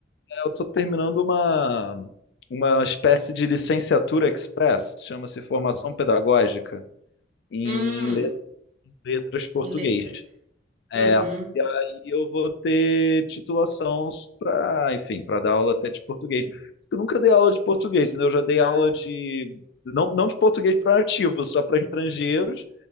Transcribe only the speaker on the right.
Hum,
em letras.
Uhum.